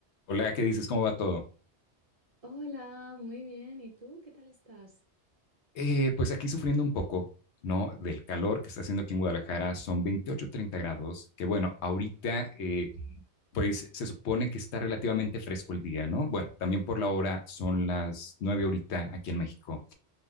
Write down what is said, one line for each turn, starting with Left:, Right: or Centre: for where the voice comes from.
Left: Hola, ¿qué dices? ¿Cómo va todo?
Right: Hola, muy bien. ¿Y tú? ¿Qué tal estás?
Left: Eh, pues aquí sufriendo un poco, ¿no? Del calor que está haciendo aquí en Guadalajara, son 28, 30 grados, que bueno, ahorita eh, pues se supone que está relativamente fresco el día, ¿no? Bueno, también por la hora son las 9 ahorita aquí en México,